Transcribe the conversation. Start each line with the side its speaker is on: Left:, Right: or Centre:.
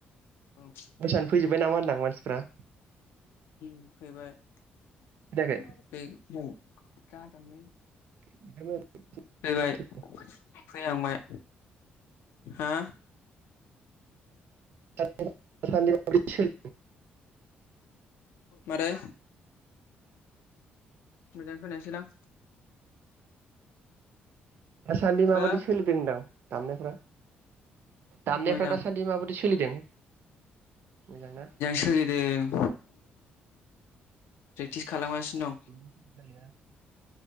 Left: औ।
Right: मोसानानो फैजोबबाय नामा होनदां मानसिफ्रा।
Left: ओम फैबाय।
Right: खोनायाखै
Left: <unintelligible>
Right: <unintelligible>
Left: फैबाय
Right: दासान्दि
Left: फैहांबाय हा।
Right: <unintelligible> सोलिदों।
Left: मारै। मोजां खोनायासैलां।
Right: दासान्दि माबायदि
Left: हो
Right: सोलिदों होनदां दामनायफ्रा। दामनायफ्रा
Left: मोजां
Right: दासान्दि सोलिदों मोजां? ना
Left: सोलिदों प्रेकटिस खालामगासिनो
Right: बयबो